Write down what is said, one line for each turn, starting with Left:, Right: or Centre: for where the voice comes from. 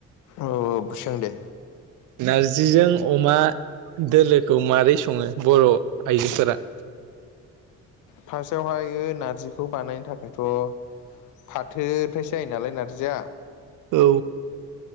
Left: औ औ सों दे।
Right: नारजिजों अमा दोलोखौ मारै सङो बर' आइजोफोरा?
Left: फार्स्टआवहायो नारजिखौ बानायनो थाखायथ' फाथोनिफ्रायसो जायो नालाय नारजिया।
Right: औ